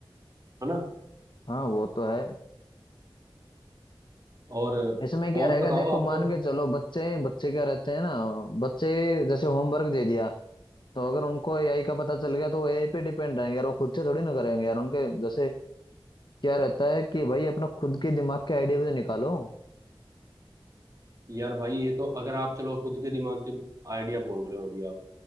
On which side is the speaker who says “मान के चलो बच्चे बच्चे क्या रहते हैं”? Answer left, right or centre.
Left